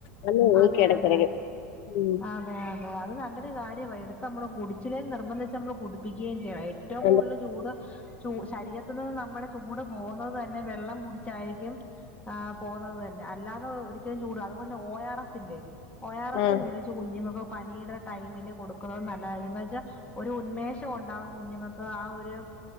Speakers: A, on the left (about 55°); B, on the left (about 15°).
A: ഞ നോക്കി
B: അതെ
A: ഇടയ്ക്കിടയ്ക്ക്
B: അതെ
A: ഉം
B: അതെ അതെ അത് നല്ലൊരു കാര്യമാണ് എടുത്ത് നമ്മള് കുടിച്ചിലേൽ നിർബന്ധിച്ച് നമ്മള് കുടിപ്പിക്കേം ഏറ്റവും
A: എന്താ
B: കൂടുതൽ ചൂട് ചൂ ശരീരത്തി നിന്ന് നമ്മുടെ ചൂട് പോകുന്നത് തന്നെ വെള്ളം കുടിച്ചായിരിക്കും ആ പോകുന്നത് തന്നെ അല്ലാതെ ഒരിക്കലും ചൂട അതുപോലെ ഒ ആർ എസ് ഇല്ലേ
A: ആഹ്
B: മേച്ച് കുഞ്ഞുങ്ങൾക്ക് പനിടെ ടൈമിൽ കൊടുക്കുന്നത് നല്ലത എന്താ വെച്ചാ ഒരു ഉന്മേഷം ഉണ്ടാാവും കുഞ്ഞുങ്ങൾക്ക് ആ ഒരു